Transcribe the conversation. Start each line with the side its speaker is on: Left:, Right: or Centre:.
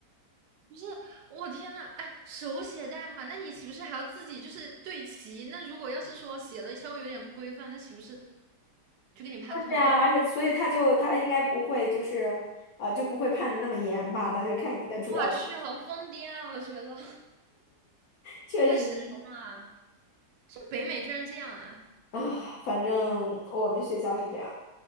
Right: 不是，我天呐，哎，手写代码，那你岂不是还要自己就是对齐？那如果要是说写的稍微有点不规范，那岂不是就给你判错了？
Left: 就是啊，而且所以他就他应该不会就是，啊、就不会判的那么严吧？他就看你的主要功，
Right: 我去，好疯癫啊！我觉得
Left: 确实是
Right: 太神经了，是北美居然这样啊！
Left: 啊，反正我们学校是这样。